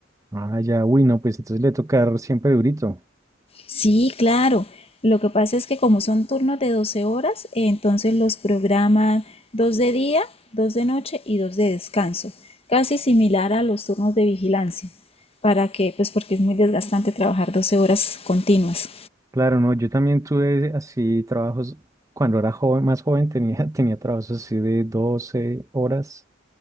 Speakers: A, on the right; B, on the left.
A: Ah, ya, uy, no, pues entonces le toca siempre durito.
B: Sí, claro. Lo que pasa es que como son turnos de 12 horas, eh, entonces los programan dos de día, dos de noche y dos de descanso, casi similar a los turnos de vigilancia, para que, pues porque es muy desgastante trabajar 12 horas continuas.
A: Claro, no, yo también tuve así trabajos, cuando era joven, más joven tenía, <laughs> tenía trabajos así de 12 horas